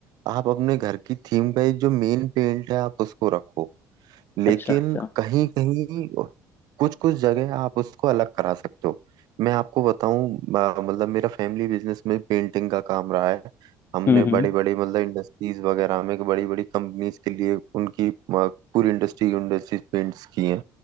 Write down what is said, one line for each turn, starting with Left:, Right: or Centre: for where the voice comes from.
Right: आप अपने घर की थीम का एक जो मेन पेंट है आप उसको रखो लेकिन
Left: अच्छा अच्छा
Right: कहीं कहीं कुछ कुछ जगह आप उसको अलग करा सकते हो मैं आपको बताऊं अ, मतलब मेरा फैमिली बिजनेस में पेंटिंग का काम रहा है हमने
Left: हम्म हम्म
Right: बड़े बड़े मतलब इंडस्ट्रीज वगैरह में बड़ी बड़ी कंपनीज के लिए उनकी अ, पूरी इंडस्ट्री इंडस्ट्रीज पेंट्स की हैं